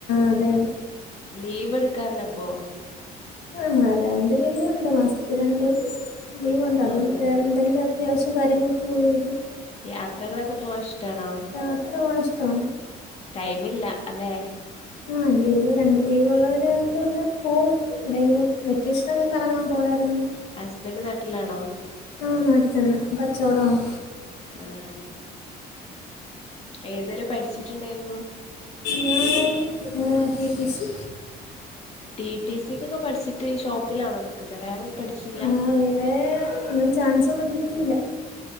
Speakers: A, on the left; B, on the left.
A: അതെ
B: ലീവെടുക്കാറില്ലപ്പൊ
A: ആ രണ്ടുലീവൊണ്ട് മാസത്തി രണ്ടുലീവൊണ്ട്
B: ആ
A: അതിനു
B: ആ.
A: വേറെ എന്തെങ്കിലും. അത്യാവശ്യ കാര്യങ്ങൾക്ക് ഉപയോഗിക്കും.
B: യാത്രകളൊക്കെ പോവാൻ ഇഷ്ടാണോ.
A: യാത്ര പോവാൻ ഇഷ്ടാ
B: ടൈമില്ല അല്ലെ
A: ആ ലീവ് രണ്ടു ലീവൊള്ളതില് ഏതേലുവൊന്ന് പോവും എവിടെയെങ്കിലും വെക്കേഷനൊക്കെ കറങ്ങാൻ പോയാരുന്നു.
B: ഹസ്ബൻഡ് നാട്ടിലാണോ
A: ആ നാട്ടിതന്നെ കച്ചോടാണ്.
B: ആണോ ഏതുവരെ പഠിച്ചിട്ടൊണ്ടായിരുന്നു.
A: ഞാൻ ആ T T C
B: T T സിക്കൊക്കെ പഠിച്ചിട്ട് ഷോപ്പിലാണോ നിൽക്കുന്നെ വേറൊന്നും പഠിച്ചില്ലാ
A: ആഹ് വേറെ ഒന്നും ചാൻസൊന്നും കിട്ടിയില്ല